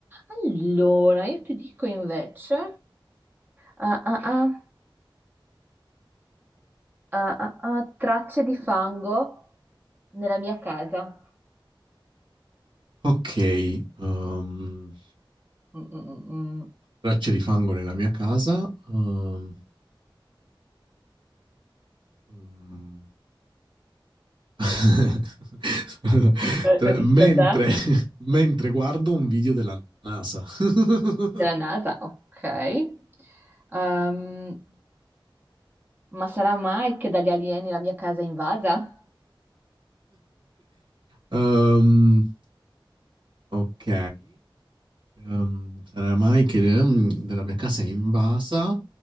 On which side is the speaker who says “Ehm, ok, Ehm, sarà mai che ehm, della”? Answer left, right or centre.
Right